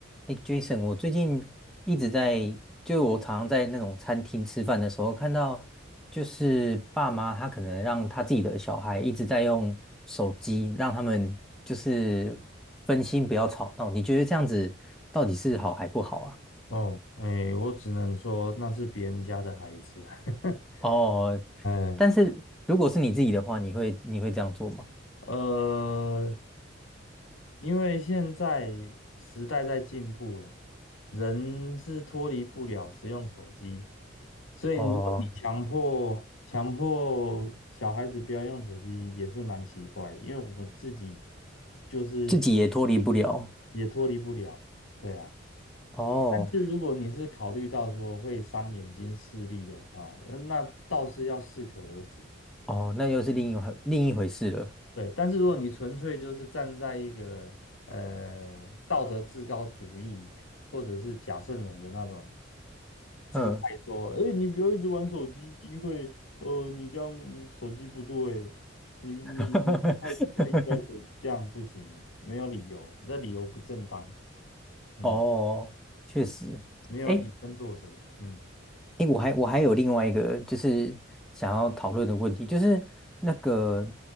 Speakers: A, in the centre; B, on the left.
A: 哎，Jason，我最近一直在，就我常常在那种餐厅吃饭的时候，看到就是爸妈他可能让他自己的小孩一直在用手机，让他们就是分心不要吵闹。你觉得这样子到底是好还不好啊？
B: 哦，哎，我只能说那是别人家的孩子。<laughs>
A: 哦，
B: 嗯，
A: 但是如果是你自己的话，你会你会这样做吗？
B: 呃，因为现在时代在进步了，人是脱离不了使用手机，所以如果你强迫强迫小孩子不要用手机，
A: 哦，
B: 也是蛮奇怪，因为我们自己就是脱
A: 自己也脱离不了。
B: 也脱离不了，对啊。
A: 哦
B: 但是如果你是考虑到说会伤眼睛视力的话，呃那倒是要适可而止。
A: 哦，那又是另一回另一回事了。
B: 对，但是如果你纯粹就是站在一个呃道德至高主义或者是假圣人的那种姿态说，
A: 嗯，
B: 哎，你不要一直玩手机，因为呃你这样手机不对，你你你太太依赖手机，
A: <laughs>
B: 这样不行，没有理由，你的理由不正当，嗯，
A: 哦，确实，
B: 没有以身作则，
A: 哎
B: 嗯，
A: 哎，我还我还有另外一个就是想要讨论的问题，就是那个